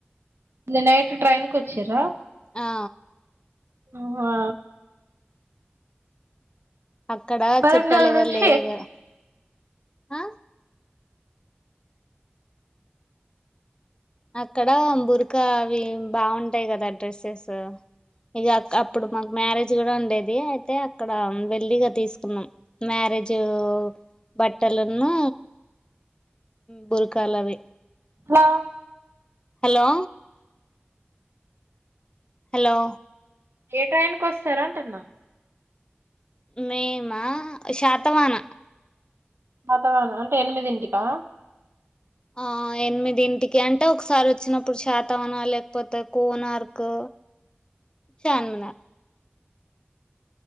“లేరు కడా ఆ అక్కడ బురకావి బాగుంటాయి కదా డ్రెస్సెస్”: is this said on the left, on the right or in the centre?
Left